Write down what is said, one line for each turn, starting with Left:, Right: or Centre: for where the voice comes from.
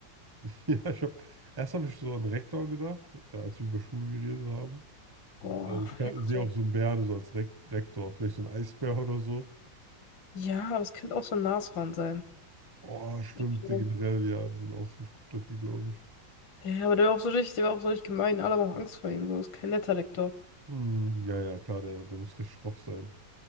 Right: <laughs> Ja, ich habe erst habe ich so an Rektor gedacht, äh, als wir über Schule geredet haben.
Left: Boah,
Right: Äh, Ich kann-
Left: Rektor.
Right: sehe auch so einen Bären so als Rek Rektor, vielleicht so ein Eisbär oder so.
Left: Ja, aber es könnte auch so ein Nashorn sein.
Right: Oh, stimmt,
Left: Ich weiß nicht warum.
Right: die generell, ja, die sind auch ziemlich gut dafür, glaube ich.
Left: Ja, ja, aber der war auch so richtig, der war auch so richtig gemein. Alle haben auch Angst vor ihm. So, ist kein netter Rektor.
Right: Hm, ja, ja, klar, der, der muss richtig schroff sein.